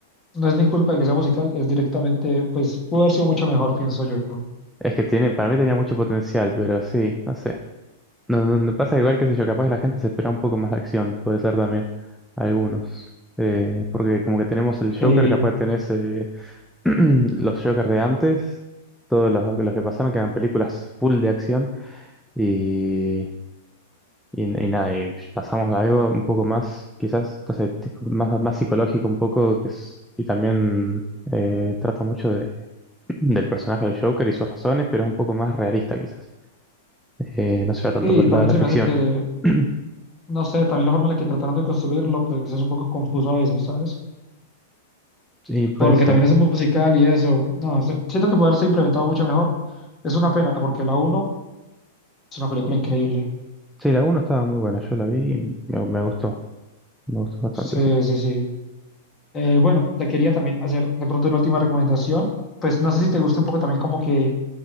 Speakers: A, on the left; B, in the centre.
A: No es ni culpa de que sea musical, es directamente, pues, pudo haber sido mucho mejor, pienso yo.
B: Es que tiene, para mí tenía mucho potencial, pero sí, no sé. No, no, no pasa igual, qué sé yo, capaz la gente se espera un poco más de acción, puede ser también, algunos. Eh, porque como que tenemos el Joker,
A: Eh,
B: capaz tenés... eh, <clears throat> los Jokers de antes, todos los, los que pasaron, que eran películas full de acción, y, y, y nada, y pasamos a algo un poco más, quizás, no sé, tipo, más, más psicológico un poco, que es, y también eh, trata mucho de- del personaje del Joker y sus razones, pero es un poco más realista quizás. Eh, no se va tanto
A: sí,
B: por el
A: también
B: lado de la
A: se
B: ficción.
A: me hace que,
B: <clears throat>
A: no sé, también la forma en la que trataron de construirlo, pues es un poco confuso a veces, ¿sabes?
B: Sí, puede
A: Por lo
B: ser.
A: que también es un musical y eso, no sé, siento que puede haberse implementado mucho mejor. Es una pena, porque la uno es una película increíble.
B: Sí, la uno estaba muy buena, yo la vi y me, me gustó, me gustó bastante,
A: Sí,
B: sí.
A: sí, sí. Eh, bueno, te quería también hacer de pronto una última recomendación. Pues no sé si te gusta un poco también como que